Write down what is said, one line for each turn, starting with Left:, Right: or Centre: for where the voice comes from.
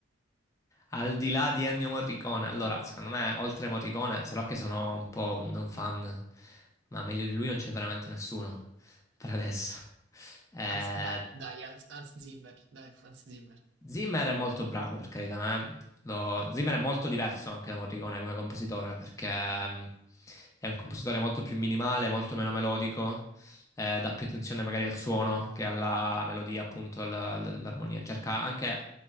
Left: Al di là di Ennio Morricone, allora, secondo me, oltre Morricone, se no che sono un po' un fan, ma meglio di lui non c'è veramente nessuno per adesso. Eh,
Right: Anzi, dai, dai, Hans, Hans Zimmer, dai, Hans Zimmer.
Left: Zimmer è molto bravo, per carità, eh. Lo- Zimmer è molto diverso anche da Morricone come compositore, perché mm, è un compositore molto più minimale, molto meno melodico, eh, dà più attenzione magari al suono che alla melodia, appunto, all'armonia. Cerca anche,